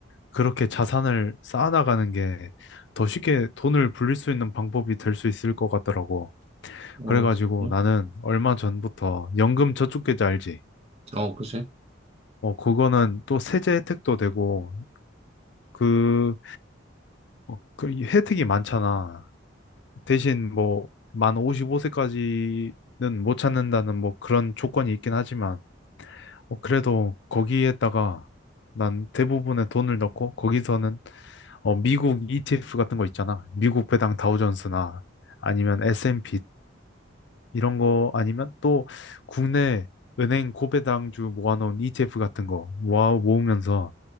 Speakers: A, on the left; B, on the right.
A: 그렇게 자산을 쌓아나가는 게 더 쉽게 돈을 불릴 수 있는 방법이 될 수 있을 것 같더라고.
B: 어,
A: 그래가지고
B: 진짜?
A: 나는 얼마 전부터 연금 저축계좌 알지?
B: 어, 그치?
A: 어, 그거는 또 세제 혜택도 되고 그, 어, 그 혜택이 많잖아. 대신 뭐, 만 55세까지는 못 찾는다는 뭐 그런 조건이 있긴 하지만, 어, 그래도 거기에다가 난 대부분의 돈을 넣고, 거기서는 어, 미국 ETF 같은 거 있잖아. 미국 배당 다우존스나 아니면 S&P 이런 거 아니면 또 국내 은행 고배당주 모아놓은 ETF 같은 거 모아 모으면서